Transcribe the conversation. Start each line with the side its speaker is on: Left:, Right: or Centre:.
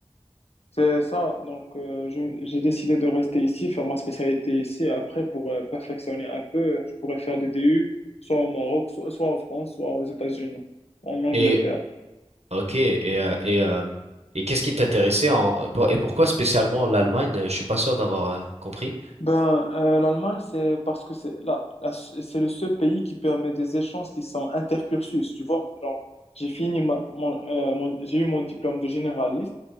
Left: C'est ça, donc euh, je- j'ai décidé de rester ici, faire ma spécialité ici. Et après, pour euh, perfectionner un peu, je pourrais faire des DU soit au Maroc, soit, soit en France, soit aux États-Unis, en Angleterre.
Right: Et ok, et euh, et, euh, et qu'est-ce qui t'intéressait en pour- et pourquoi spécialement l'Allemagne? Euh, Je suis pas sûr d'avoir euh, compris.
Left: Ben, euh, l'Allemagne, c'est parce que c'est là, c'est le seul pays qui permet des échanges qui sont intercursus, tu vois. Genre, j'ai fini ma- mon, euh, mon- j'ai eu mon diplôme de généraliste.